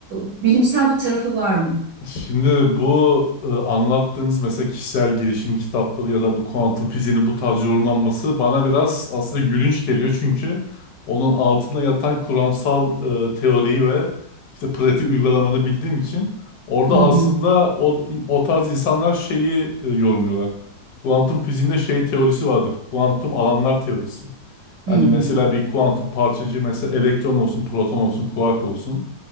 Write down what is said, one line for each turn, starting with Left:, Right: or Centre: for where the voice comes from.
Right: e, bilimsel bir tarafı var mı?
Left: Şimdi bu e, anlattığınız mesela kişisel gelişim kitapları ya da bu kuantum fiziğinin bu tarz yorumlanması bana biraz aslında gülünç geliyor çünkü onun altında yatan kuramsal e, teoriyi ve işte pratik uygulamanı bildiğim için orada
Right: Hı hı.
Left: aslında o, o tarz insanlar şeyi e, yorumluyorlar. Kuantum fiziğinde şey teorisi vardır. Kuantum alanlar teorisi. Hani
Right: Hı hı.
Left: mesela bir kuantum parçacığı mesela elektron olsun, proton olsun, kuark olsun.